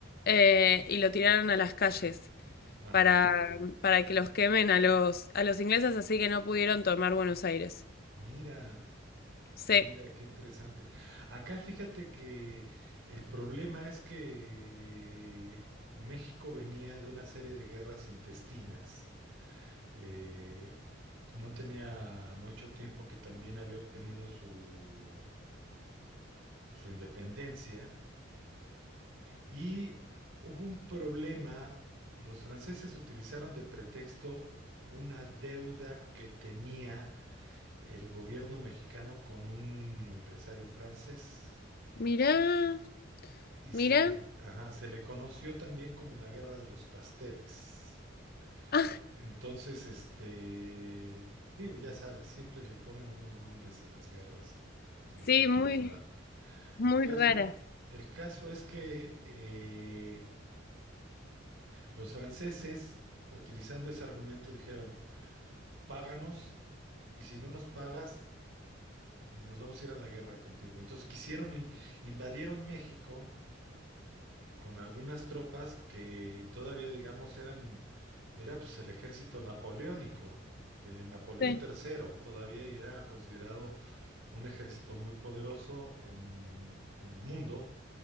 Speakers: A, on the left; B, on the right.
A: eh, y lo tiraron a las calles
B: Ajá.
A: para, para que los quemen a los, a los ingleses, así que no pudieron tomar Buenos Aires.
B: Mira.
A: Sí.
B: Mira, qué interesante. Acá fíjate que el problema es que México venía de una serie de guerras intestinas. Eh, no tenía mucho tiempo que también había obtenido su, su independencia y hubo un problema. Los franceses utilizaron de pretexto una deuda que tenía el gobierno mexicano con un empresario francés.
A: Mirá,
B: Y
A: mirá.
B: se le, ajá, se le conoció también como la Guerra de los Pasteles.
A: Ah,
B: Entonces, este, digo, ya sabes, siempre le ponen unos nombres a las guerras en lo
A: sí,
B: particular.
A: muy. Muy
B: El caso,
A: raras.
B: el caso es que eh, los franceses, utilizando ese argumento, dijeron, páganos y si no nos pagas, nos vamos a ir a la guerra contigo. Entonces quisieron, in- invadieron México con algunas tropas que todavía, digamos, eran, era pues el ejército napoleónico de Napoleón
A: Sí.
B: III, todavía y era considerado un ejército muy poderoso en, en el mundo,